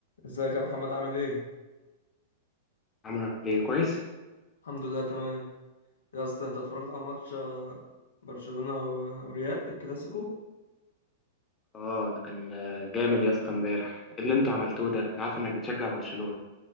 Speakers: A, on the left; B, on the left.
A: ازيك يا محمد عامل ايه؟
B: عاملة ايه كويس؟
A: الحمد لله تمام يا اسطى انت اتفرجت على ماتش آه، برشلونة و- وريال الكلاسيكو؟
B: اه ده كان آه، جامد يا اسطى امبارح ايه اللي انتوا عملتوه ده انا عارف انك بتشجع برشلونة